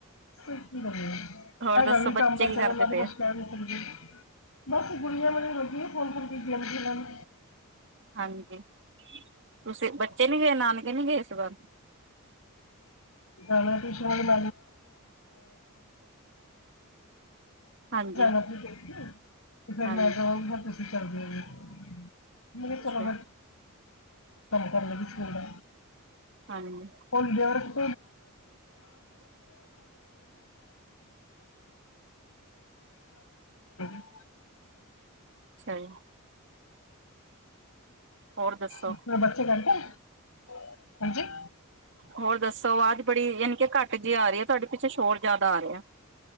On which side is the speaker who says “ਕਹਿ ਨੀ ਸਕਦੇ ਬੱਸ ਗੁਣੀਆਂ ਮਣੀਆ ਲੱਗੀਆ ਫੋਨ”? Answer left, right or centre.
Left